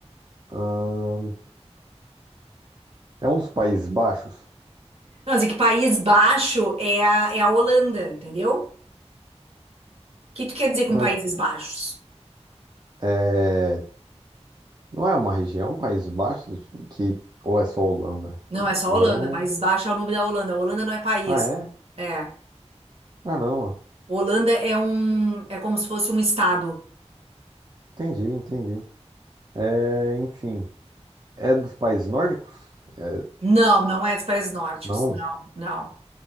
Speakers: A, on the right; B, on the right.
A: Hum, é um dos Países Baixos,
B: Não, mas é que País Baixo é a, é a Holanda, entendeu? O que tu quer dizer com
A: mas
B: Países Baixos?
A: é... não é uma região, Países Baixos, que. Ou é só Holanda?
B: Não, é só
A: Agora
B: Holanda.
A: eu.
B: Países Baixos é o nome da Holanda. Holanda não é país.
A: Ah, é?
B: É.
A: Caramba.
B: Holanda é um, é como se fosse um estado.
A: Entendi, entendi. É, enfim. É dos países nórdicos? É,
B: Não, não é os países nórdicos.
A: não.
B: Não, não.